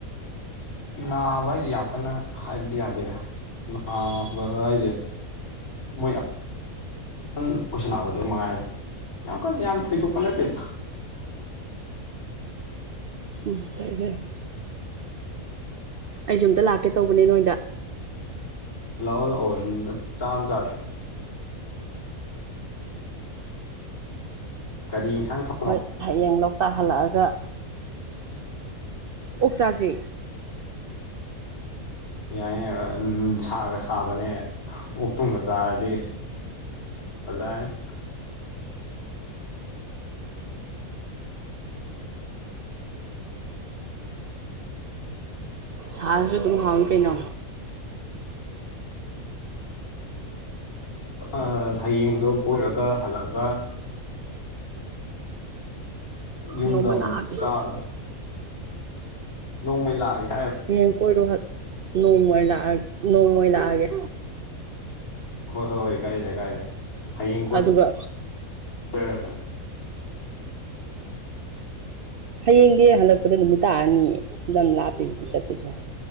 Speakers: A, on the left; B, on the right.
A: ꯅꯥꯕ ꯍꯥꯏꯖꯦ ꯌꯥꯝ ꯀꯟꯅ ꯍꯥꯏꯕꯗꯤ ꯌꯥꯗꯦꯗ ꯅꯥꯕ ꯍꯥꯏꯖꯦ ꯃꯣꯏ ꯁꯨꯝ ꯑꯣꯏꯁꯜꯂꯛꯑꯕꯗꯣ ꯃꯉꯥꯏꯔꯦ ꯌꯥꯝ ꯀꯟꯅ ꯌꯥꯝ ꯊꯣꯏꯗꯣꯛꯄ ꯅꯠꯇꯦꯗ
B: ꯎꯝ ꯐꯩ ꯐꯩ ꯑꯩꯁꯨ ꯑꯝꯇ ꯂꯥꯛꯀꯦ ꯇꯧꯕꯅꯦ ꯅꯣꯏꯗ
A: ꯂꯥꯛꯑꯣ ꯂꯥꯛꯑꯣ ꯆꯥꯛ ꯑꯝ ꯆꯥꯖꯦ ꯀꯔꯤ ꯌꯟꯁꯥꯡ ꯊꯣꯛ
B: ꯍꯣꯏ ꯍꯌꯦꯡ ꯂꯣꯛꯇꯥꯛ ꯍꯜꯂꯛꯑꯒ ꯑꯣꯛ ꯆꯥꯥꯖꯦ
A: ꯌꯥꯏ <unintelligible> ꯎꯝ ꯁꯥꯒ ꯁꯥꯕꯅꯦ ꯑꯣꯛ ꯇꯨꯝꯒ ꯆꯥꯔꯗꯤ ꯑꯗꯥꯏꯅ
B: ꯁꯥꯔꯁꯨ ꯑꯗꯨꯝ ꯍꯥꯎꯏ ꯀꯩꯅꯣ
A: ꯑꯥ ꯍꯌꯦꯡꯗꯣ ꯀꯣꯏꯔꯒ ꯍꯜꯂꯛꯑꯦ ꯌꯨꯝꯗ
B: ꯅꯣꯡꯃ
A: ꯑꯃꯨꯛ
B: ꯂꯥꯛꯑꯒꯦ
A: ꯆꯕꯥ ꯅꯣꯡꯃꯥꯒꯤ ꯑꯥꯛꯑꯒꯦ
B: ꯍꯌꯦꯡ ꯀꯣꯏꯔꯣ ꯅꯣꯡꯃ ꯑꯣꯢꯅ ꯅꯣꯡꯃ ꯂꯥꯛꯑꯒꯦ
A: ꯍꯣꯏ ꯍꯣꯏ ꯍꯣꯏ ꯀꯥꯏꯗꯦꯗ ꯀꯥꯏꯗꯦꯗ ꯍꯌꯦꯡ ꯀꯣꯏ
B: ꯑꯗꯨꯒ
A: <unintelligible>
B: ꯍꯥꯌꯦꯡꯗꯤ ꯍꯜꯂꯛꯄꯗ ꯅꯨꯃꯤꯠ ꯇꯥꯔꯅꯤ ꯂꯝ ꯂꯥꯞꯄꯤ ꯆꯠꯇꯣꯏꯁꯦ